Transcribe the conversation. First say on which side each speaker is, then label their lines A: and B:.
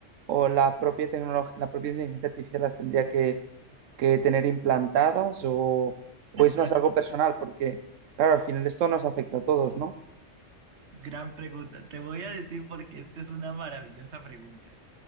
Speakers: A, on the right (about 80°); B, on the right (about 60°).
A: o la propia tecnología, la propia inteligencia artificial las tendría que, que tener implantadas o, o
B: <laughs>
A: es más algo personal? Porque, claro, al final esto nos afecta a todos, ¿no?
B: Gran pregunta. Te voy a decir porque esta es una maravillosa pregunta.